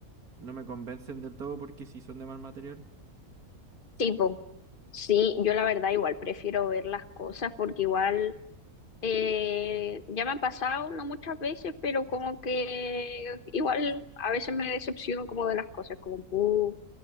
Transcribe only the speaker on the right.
no me convencen del todo porque si son de mal material.